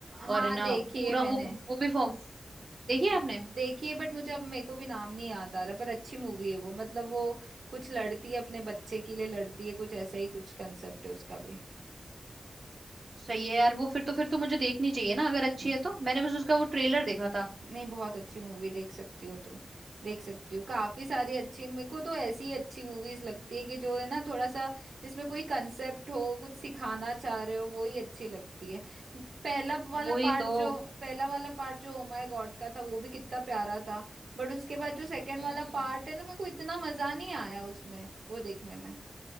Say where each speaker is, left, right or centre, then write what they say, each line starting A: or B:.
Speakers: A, on the right; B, on the right.
A: और
B: हाँ
A: ना
B: देखी
A: पूरा
B: है मैंने
A: वो वो भी फॉर्म देखी है
B: हाँ,
A: आपने
B: देखिए बट मुझे अब मेरे को भी नाम नहीं याद आ रहा पर अच्छी मूवी है वो मतलब वो कुछ लड़ती है अपने बच्चे के लिए लड़ती है कुछ ऐसा ही कुछ कंसेप्ट है उसका भी
A: सही है यार वो फिर तो फिर तो मुझे देखनी चाहिए ना अगर अच्छी है तो मैंने बस उसका वो ट्रेलर देखा था
B: नहीं बहुत अच्छी मूवी देख सकती हो तुम देख सकती हो काफी सारी अच्छी मेरे को तो ऐसी अच्छी मूवीज लगती है कि जो है ना थोड़ा सा जिसमें कोई कंसेप्ट हो कुछ सिखाना चाह रहे हो वो ही अच्छी लगती है पहला वाला
A: वही
B: पार्ट
A: तो
B: जो पहला वाला पार्ट जो ओ माय गॉड का था वो भी कितना प्यारा था बट उसके बाद जो सेकंड
A: हम्म
B: वाला पार्ट है ना मेरे को इतना मजा नहीं आया उसमें वो देखने में